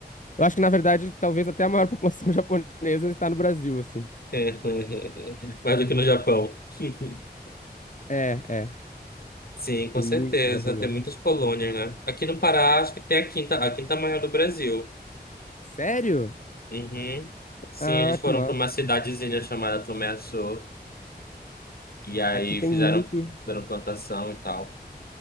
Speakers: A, on the left; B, on the left.
A: eu acho que na verdade talvez até a maior população <laughs> japonesa está no Brasil, assim.
B: <laughs> Mais do que no Japão. <laughs>
A: É, é.
B: Sim, com
A: Tem
B: certeza.
A: muito japonês.
B: Tem muitas colônias, né? Aqui no Pará, acho que tem a quinta, a quinta maior do Brasil.
A: Sério?
B: Uhum. Sim,
A: Ah,
B: eles foram
A: que massa.
B: para uma cidadezinha chamada Tomé-Açu. E aí
A: Aqui tem
B: fizeram,
A: muito.
B: fizeram plantação e tal.